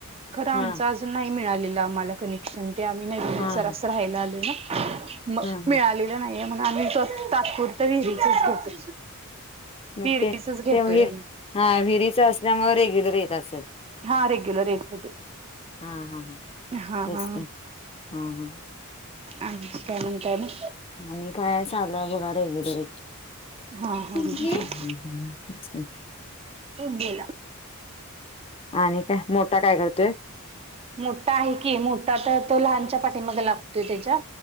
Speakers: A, on the right; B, on the left.
A: खरं आमचं
B: हा
A: अजून नाही मिळालेलं आम्हाला कनेक्शन ते आम्ही नवीन
B: हा
A: जरास
B: हा
A: राहायला आलो ना. म
B: हा हा.
A: मिळालेलं नाहीये म्हणून आम्ही तात्पुरत विहिरीचच घेतो.
B: मग
A: विहीरीसच
B: ते
A: घेतोय
B: ते विहीर
A: आम्ही
B: हा विहिरीच असल्यामुळे रेग्युलर येत असेल.
A: हा रेग्युलर येत ते
B: हा हा हा.
A: हा
B: तेच
A: ह
B: की. हा हा.
A: अे काय म्हणताय मग
B: आणि काय चालू आहे बघा रेग्युलेटी
A: हा हा.
B: ठीक आहे.
A: तूप बोला.
B: आणि काय मोठा काय करत.
A: मोठा आहे की मोठा तर तो लहानच्या पाठी मग लागतोय त्याच्या